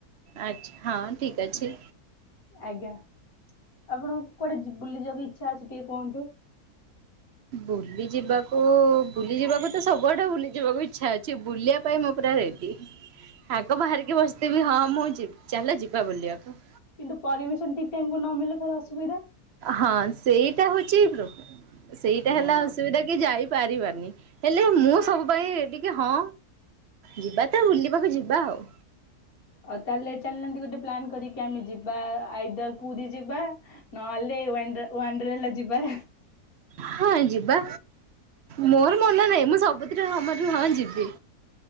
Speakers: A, on the right (about 55°); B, on the left (about 65°).
A: ଆଛା ହଁ ଠିକ ଅଛି।
B: ଆଜ୍ଞା ଆପଣ କୁଆଡେ ବୁଲି ଯିବାକୁ ଇଚଛା ଅଛି ଟିକେ କୁହନ୍ତୁ।
A: ବୁଲି ଯିବାକୁ ବୁଲି ଯିବାକୁ ତ ସବୁଆଡେ ବୁଲି ଯିବାକୁ ଇଚ୍ଛା ଅଛି ବୁଲିବା ପାଇଁ ମୁଁ ପୁରା ରେଡି ଆଗ ବାହାରିକି ବସିଥିବି ହଁ ମୁଁ ଚାଲ ଯିବା ବୁଲିବାକୁ
B: କିନ୍ତୁ ପରମିସନ ଠିକ ଟାଇମକୁୁ ନ ମିେଲେ ଫରେ ଅସୁବିଧା
A: ହଁ ସେଇଟା ହଉଛି। ସେଇଟା
B: ହଁ
A: ହେଲା ଅସୁବିଧା କି ଯାଇ ପାରିବାନି ହେଲେ ମୁଁ ସବୁ ପାଇଁ ଟିକେ ହଁ ଯିବା ତା ବୁଲିବାକୁ ଯିବା ଆଉ
B: ଆଉ ତାହେଲେ ଚାଲିନାହାନ୍ତି ଗୋଟେ ପ୍ଲନ୍ କରିକି ଆମେ ଯିବାଇଦର ପୁରୀ ଯିବା ନହେଲେ ହେଲା ଯିବା
A: ହଁ ଯିବା ମୋର ମନା ନାହିଁ ମୁଁ ସବୁଥିରେ ସମ ହଁ ଯିବି